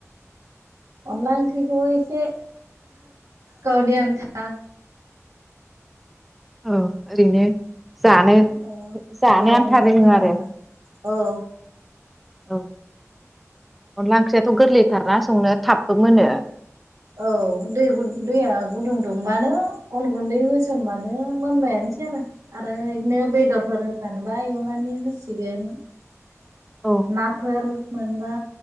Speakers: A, on the right (about 85°); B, in the centre.
A: अनला ओंख्रिखौबो एसे गावनि आनथा।
B: अ ओरैनो जानो
A: ओ
B: जानो
A: ओ
B: आन्था
A: नाव
B: रोङो
A: जानो
B: आरो
A: दा अ।
B: औ। अनला ओंख्रियाथ' गोरलै थारना संनो थाबबो मोनो।
A: औ दै दैया गुदुं दुंबानो अन गुन्दै होसनबानो मोनबायानोसै आरो आरो बिदिनो बेदरफोर होफानोबा एवनानै हो <unintelligible>
B: औ
A: नाफोर मोनबा